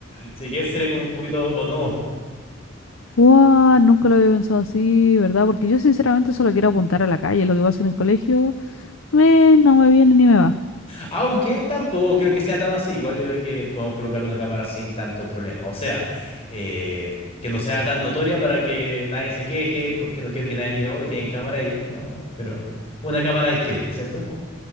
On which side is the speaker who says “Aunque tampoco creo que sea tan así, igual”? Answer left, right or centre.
Left